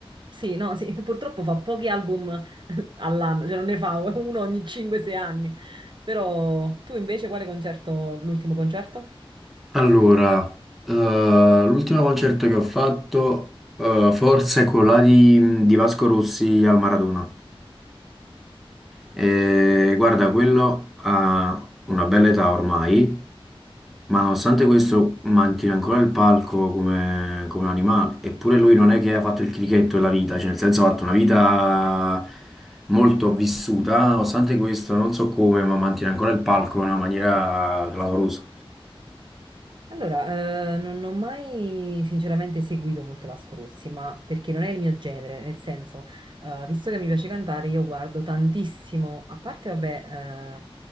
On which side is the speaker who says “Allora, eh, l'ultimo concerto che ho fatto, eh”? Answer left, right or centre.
Centre